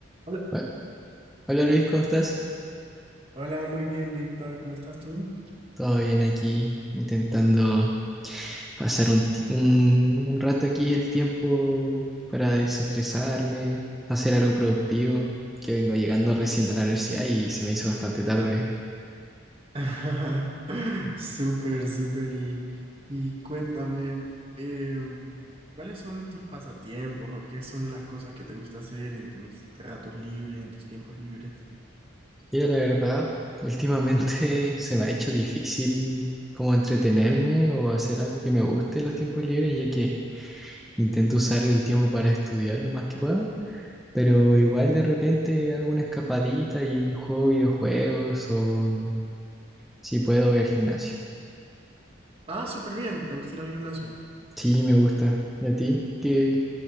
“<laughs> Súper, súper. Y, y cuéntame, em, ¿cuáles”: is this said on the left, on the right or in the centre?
Right